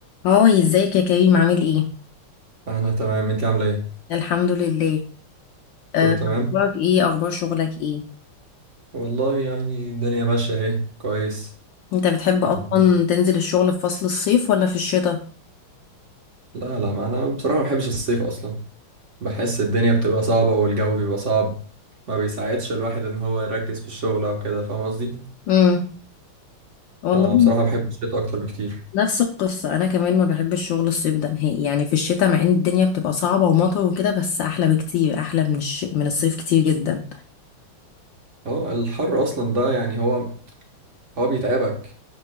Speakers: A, on the left; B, on the right.
A: هاي ازيك يا كريم عامل ايه
B: انا تمام انت عامله ايه
A: الحمد لله آه،
B: كله تمام
A: اخبارك ايه اخبار شغلك ايه
B: والله يعني الدنيا ماشيه اهي كويس
A: انت بتحب
B: بن-
A: اصلا تنزل الشغل في فصل الصيف ولا في الشتاء
B: لا لا ما انا بصراحه ما بحبش الصيف اصلا بحس الدنيا بتبقى صعبه والجو بيبقى صعب ما بيساعدش الواحد ان هو يركز في الشغل او كده فاهم قصدي
A: امم والله
B: فبصراحه بحب الشتاء اكتر بكتير
A: نفس القصه انا كمان ما بحبش شغل الصيف ده نهائي يعني في الشتاء مع ان الدنيا بتبقى صعبه ومطر وكده بس احلى بكتير احلى من الش... من الصيف كتير جدا
B: اه الحر اصلا ده يعني هو هو بيتعبك